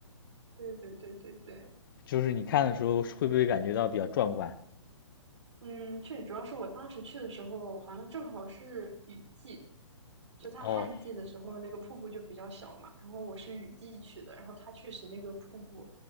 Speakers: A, on the right; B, on the left.
A: 对对对对对，
B: 就是你看的时候会不会感觉到比较壮观？
A: 嗯，确实，主要是我当时去的时候，好像正好是雨季，就它旱季的时候，
B: 哦，
A: 那个瀑布就比较小嘛。然后我是雨季去的，然后它确实那个瀑布